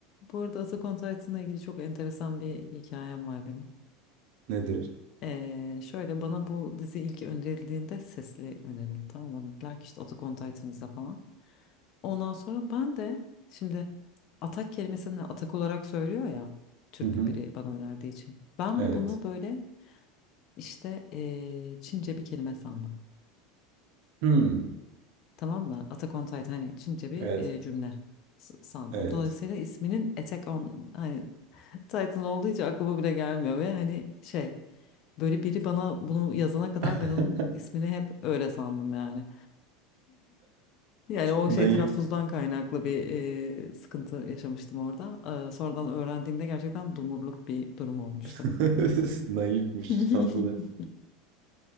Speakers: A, on the left (about 45°); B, on the right (about 60°).
A: bu arada Attack on Titan'la ilgili çok enteresan bir hikayem var benim.
B: Nedir?
A: Ee, şöyle bana bu dizi ilk önerildiğinde sesli önerildi tamam mı? Dediler ki işte Attack on Titan izle falan. Ondan sonra ben de şimdi atak kelimesini atak olarak söylüyor ya Türk
B: Hı hı.
A: biri bana önerdiği için. Ben
B: Evet.
A: bunu böyle işte ee, Çince bir kelime sandım.
B: Hmm.
A: Tamam mı? Attack on Titan hani Çince bir
B: Evet.
A: ee, cümle s- sandım.
B: Evet.
A: Dolayısıyla isminin Attack on hani <laughs> Titan olduğu için aklıma bile gelmiyor ve hani şey Böyle biri bana bunu yazana kadar
B: <laughs>
A: ben onun ismini hep öyle sandım yani. Yani o
B: Naif.
A: şey telaffuzdan kaynaklı bir e, sıkıntı yaşamıştım orada. E, sonradan öğrendiğimde gerçekten dumurluk bir durum olmuştu.
B: <laughs> Naifmiş
A: <laughs>
B: tatlı.